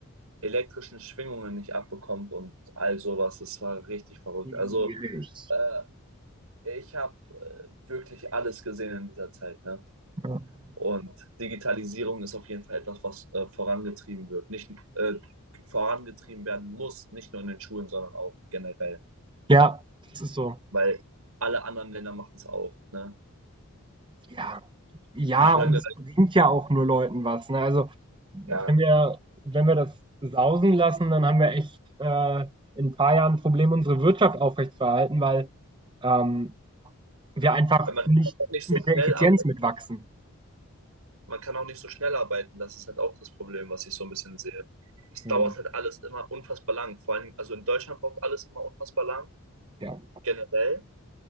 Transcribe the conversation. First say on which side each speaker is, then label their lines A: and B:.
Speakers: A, on the right; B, on the right.
A: elektrischen Schwingungen nicht abbekommt und all sowas. Das war richtig verrückt.
B: Schwierig.
A: Also äh, ich habe äh, wirklich alles gesehen in dieser Zeit, ne?
B: Ja.
A: Und Digitalisierung ist auf jeden Fall etwas, was äh, vorangetrieben wird. Nicht äh, vorangetrieben werden muss, nicht nur in den Schulen, sondern auch generell.
B: Ja, das ist so.
A: Weil alle anderen Länder machen es auch. Ne?
B: Ja. Ja,
A: <laughs> Ich meine,
B: und es bringt ja auch nur Leuten was, ne? Also,
A: Ja,
B: wenn wir wenn wir das sausen lassen, dann haben wir echt, äh, in ein paar Jahren 'n Problem, unsere Wirtschaft aufrechtzuerhalten, weil, ähm, wir einfach
A: weil man
B: nicht
A: kann nicht
B: mit
A: so schnell
B: der Effizienz
A: arbeitet.
B: mitwachsen.
A: Man kann auch nicht so schnell arbeiten. Das ist halt auch das Problem, was ich so ein bisschen sehe. Es
B: Mhm.
A: dauert halt alles immer unfassbar lang. Vor allem, also in Deutschland braucht alles immer unfassbar lang,
B: Ja.
A: generell.